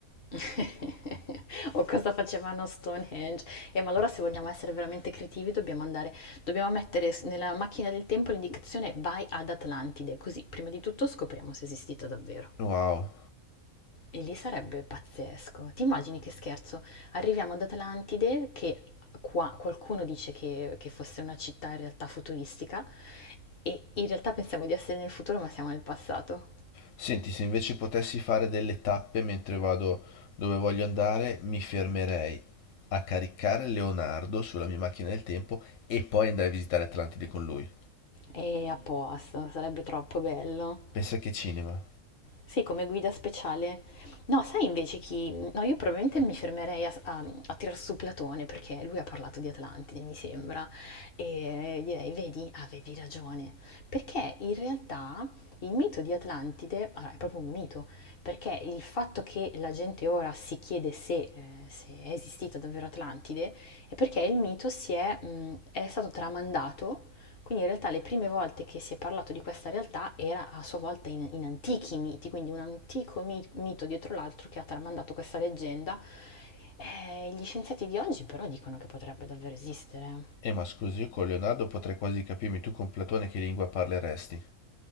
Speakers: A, on the left; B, on the left.
A: <laughs> O cosa facevano a Stonehenge. Eh, ma allora se vogliamo essere veramente creativi dobbiamo andare, dobbiamo mettere s- nella macchina del tempo l'indicazione vai ad Atlantide, così prima di tutto scopriamo se è esistito davvero.
B: Wow.
A: E lì sarebbe pazzesco. Ti immagini che scherzo? Arriviamo ad Atlantide, che qua qualcuno dice che, che fosse una città in realtà futuristica, e in realtà pensiamo di essere nel futuro ma siamo nel passato.
B: Senti, se invece potessi fare delle tappe mentre vado dove voglio andare, mi fermerei a caricare Leonardo sulla mia macchina del tempo e poi andrei a visitare Atlantide con lui.
A: E a posto, sarebbe troppo bello.
B: Pensa che cinema.
A: Sì, come guida speciale. No, sai invece chi... No, io probabilmente mi fermerei a, a, a tirar su Platone perché lui ha parlato di Atlantide, mi sembra, e direi, vedi, avevi ragione, perché in realtà il mito di Atlantide, allora, è proprio un mito, perché il fatto che la gente ora si chiede se, eh, se è esistita davvero Atlantide è perché il mito si è, mh, è stato tramandato quindi in realtà le prime volte che si è parlato di questa realtà era a sua volta in, in antichi miti, quindi un antico mi- mito dietro l'altro che ha tramandato questa leggenda. Eh, gli scienziati di oggi però dicono che potrebbe davvero esistere.
B: Eh, ma scusi, io con Leonardo potrei quasi capirmi tu con Platone che lingua parleresti.